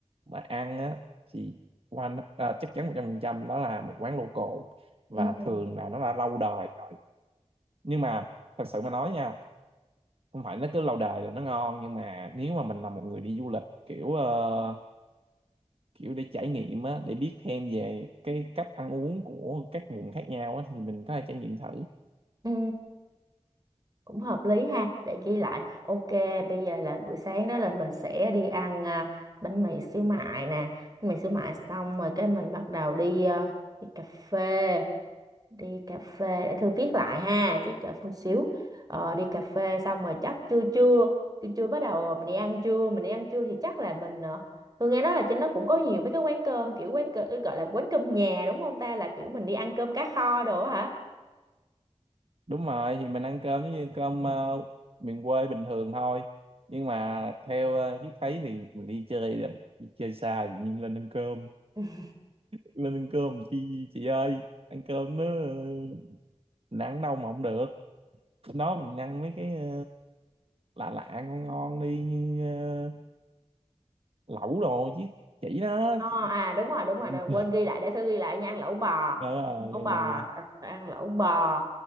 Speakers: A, on the right; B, on the right.
A: mà ăn á thì quanh à, chắc chắn một trăm phần trăm đó là một quán local và
B: ừ
A: thường là nó đã lâu đời rồi nhưng mà thật sự mà nói nha không phải nó cứ lâu đời là nó ngon nhưng mà nếu mà mình là một người đi du lịch kiểu ờ, kiểu để trải nghiệm á để biết thêm về cái cách ăn uống của các vùng khác nhau á thì mình có thể trải nghiệm thử
B: ừ cũng hợp lý ha để ghi lại ok bây giờ là buổi sáng đó là mình sẽ đi ăn à, bánh mì xíu mại nè bánh mì xíu mại xong rồi cái mình bắt đầu đi à, đi cà phê đi cà phê để thư viết lại ha chứ chờ chút xíu Ờ, đi cà phê xong rồi chắc trưa trưa trưa trưa bắt đầu mình đi ăn trưa mình đi ăn trưa thì chắc là mình ờ, tôi nghe nói là trên đó cũng có nhiều mấy cái quán cơm kiểu quán cơm gọi là quán cơm nhà đúng không ta là kiểu mình đi ăn cơm cá kho đồ á
A: đúng rồi thì mình ăn cơm giống như cơm ờ, miền quê bình thường thôi nhưng mà theo uh, Chiếc thấy thì mình đi chơi là- đi chơi xa thì nhiên lên ăn cơm
B: hả <laughs>
A: lên ăn cơm chi chị ơi ăn cơm nó ờ, mình ăn đâu mà không được nó mình ăn mấy cái ờ, lạ lạ ngon ngon đi như ờ, lẩu đồ chứ chỉ đó
B: Ờ, à đúng rồi đúng rồi
A: <laughs>
B: Đợi, quên ghi lại để thơ ghi lại nha ăn lẩu bò
A: Ờ, rồi
B: ăn lẩu
A: rồi
B: bò
A: đây
B: ờ, ăn lẩu bò